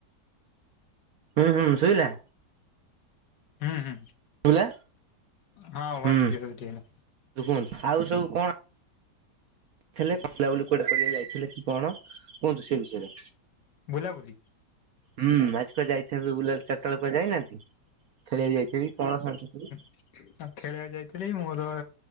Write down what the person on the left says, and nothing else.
ହୁଁ ହୁଁ
ହଁ
ଭଏସ କ୍ଲିୟର
ଟିକେ ହେଲା
ବୁଲାବୁଲି
ଆ ଖେଳିବାକୁ ଯାଇଥିଲି ମୋର